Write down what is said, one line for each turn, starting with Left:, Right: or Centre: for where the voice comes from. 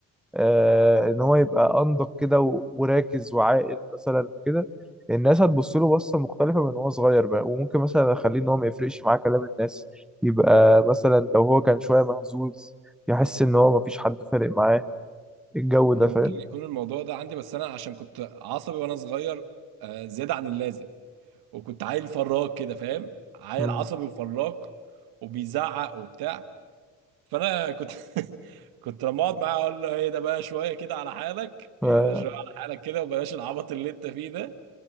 Centre: آه ان هو يبقى انضج كده و- وراكز وعاقل مثلا وكده الناس هتبص له بصة مختلفة من هو صغير بقى وممكن مثلا اخليه ان هو ما يفرقش معاه كلام الناس يبقى مثلا لو هو كان شوية مهزوز يحس ان هو مفيش حد فارق معاه الجو ده
Right: انا
Centre: فاهم
Right: ممكن يكون الموضوع ده عندي بس انا عشان كنت عصبي وانا صغير آه، زيادة عن اللازم وكنت عيل فراك كده فاهم عيل
Centre: مم.
Right: عصبي وفراك وبيزعق وبتاع فانا كنت <laughs> كنت لما اقعد معاه اقول له ايه ده بقى شويه كده على حالك
Centre: آه،
Right: ايه ده شويه على حالك كده وبلاش العبط اللي انت فيه ده